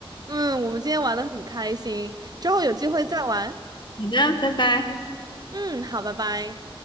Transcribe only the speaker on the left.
你的，拜拜。